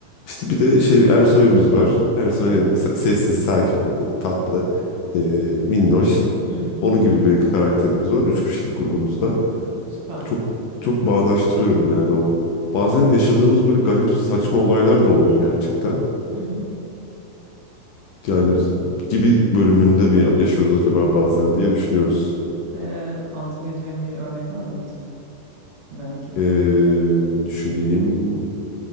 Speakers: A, on the left; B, on the right.
A: İşte bir de şey Ersoy'umuz var. Ersoy
B: Evet.
A: hani se- sessiz, sakin böyle tatlı, e, minnoş.
B: Hı hı hı.
A: Onun gibi bir karakterimiz var. Üç kişilik grubumuzda.
B: Süper.
A: Çok çok bağdaştırıyorum yani o. Bazen yaşadığımız böyle garip saçma olaylar da oluyor gerçekten.
B: hı. Süper.
A: Yani gibi bölümünde mi yaşıyoruz acaba bazen diye düşünüyoruz.
B: Ee, anlatabileceğim bir örnek var mı hiç? Merak ettim.
A: Ee, düşüneyim.